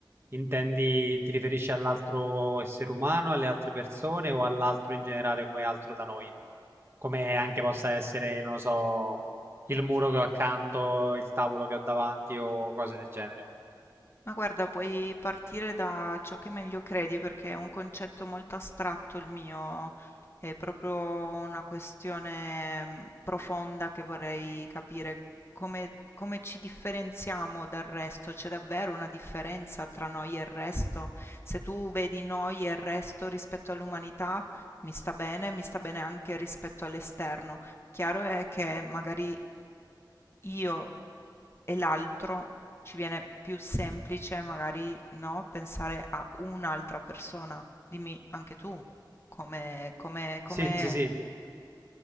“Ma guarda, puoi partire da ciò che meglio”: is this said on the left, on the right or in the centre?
Left